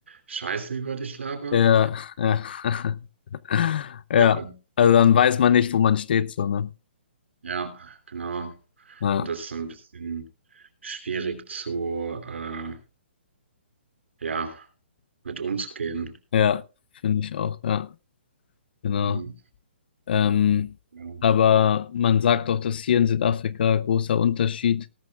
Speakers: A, on the right; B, on the left.
A: Scheiße über dich labern.
B: Ja, ja. <laughs> Ja.
A: Ja,
B: Also dann weiß man nicht, wo man steht, so, ne?
A: ja, genau.
B: Ja,
A: Und das ist so ein bisschen schwierig zu, äh, ja, mit umzugehen.
B: ja, finde ich auch, ja, genau.
A: Hm,
B: Ähm,
A: Ja.
B: aber man sagt auch, dass hier in Südafrika großer Unterschied